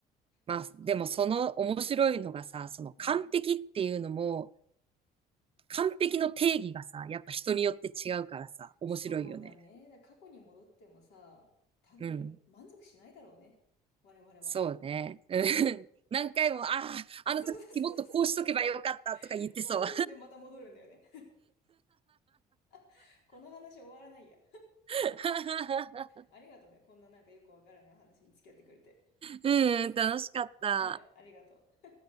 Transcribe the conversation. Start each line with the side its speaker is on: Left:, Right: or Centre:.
Right: まあ、
Left: そっか。
Right: でもその面白いのがさ、その完璧っていうのも、
Left: うん。
Right: 完璧の定義がさ、やっぱ人によって違うからさ、面白いよね。
Left: そうだね。だから過去に戻ってもさ、多分満足しないだろうね。
Right: うん。
Left: 我々は。
Right: そうね。うん <laughs> 何回も、ああ、あの時もっとこうしとけばよかったとか言ってそう。
Left: そうそうそうそうそうそう。そうそうそう。で、また戻るんだよね。<laughs> この話終わらないや。
Right: <laughs>
Left: ありがとうね。こんななんかよくわからない話に付き合ってくれて。
Right: うん、楽しかった。
Left: うん、ありがとう。